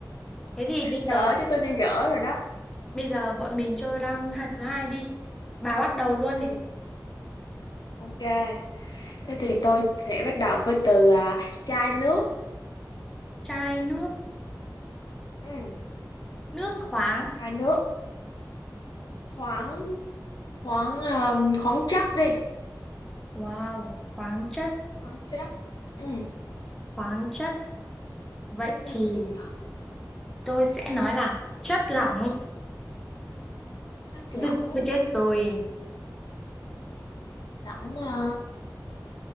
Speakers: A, in the centre; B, on the left.
A: Thế thì bây
B: Trời
A: giờ
B: ơi chứ tôi chơi dở rồi đó.
A: bây giờ bọn mình chơi round hai- thứ hai đi. Bà bắt đầu luôn
B: Ừ.
A: đi.
B: Ok. Thế thì tôi sẽ bắt đầu với từ à, chai nước.
A: Chai nước,
B: Ừ.
A: nước khoáng.
B: Chai nước. Khoáng khoáng um, khoáng chất đi.
A: Wow, khoáng chất,
B: Khoáng chất. Ừ.
A: khoáng chất. Vậy thì
B: Chất gì nhỉ?
A: tôi sẽ nói là chất lỏng
B: Chất lỏng.
A: tôi, tôi chết rồi
B: Lỏng à,